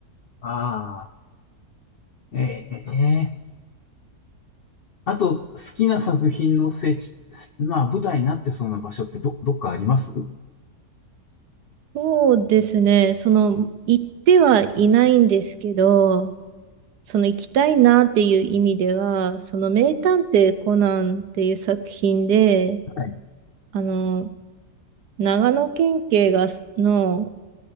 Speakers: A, on the left; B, on the right.
A: ああ、ええ、えあと、好きな作品の聖地、まあ、舞台になってそうな場所ってど、どっかありますは
B: そうですね。その、行ってはいないんですけど、その行きたいなっていう意味では、その名探偵コナンっていう作品で、
A: い
B: あの、長野県警がす、の